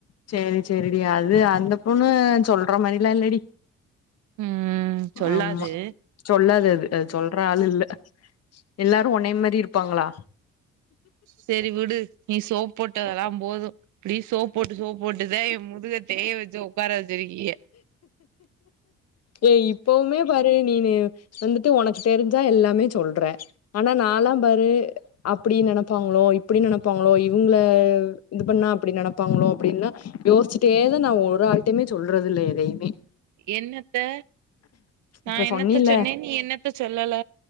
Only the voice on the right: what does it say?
ம் சொல்லாது
செரி விடு நீ சோப் போட்டதெல்லாம் போதும் நீ சோப் போட்டு சோப்பு போட்டுதான் முதுக தேய வச்சு உட்கார வச்சிருக்கீய
என்னத்த நா
என்னத்த
சொன்னேன் நீ என்னத்த சொல்லல